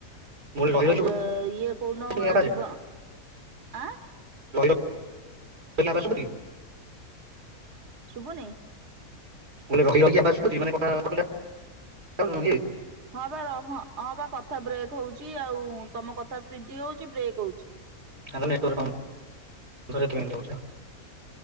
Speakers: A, on the right; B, on the right.
A: ମୁଁ କହିଲି ରହି
B: ଆଉ
A: ରହି
B: ଯ ଇଏ କଉନ
A: ଶୁଭୁଛି ଆବାଜ
B: ଯିବ ଆଁ।
A: <unintelligible>
B: ଶୁଭନି?
A: ମୁଁ କହିଲି ରହି ରହିକା ଶୁଭୁଛି ମାନେ କଥା କଟିଲା ଭଳିଆ ଇଏ।
B: ହଁ ବା ହଁ ବା କଥା ବ୍ରେକ୍ ହଉଛି ଆଉ ତମ କଥା ସ୍ପିଡ ହଉଛି ବ୍ରେକ୍ ହଉଛି।
A: ତାହେଲେ ନେଟୱାର୍କ ପାଉନି ସେଥିପାଇଁ ଏମିତି ହଉଛି।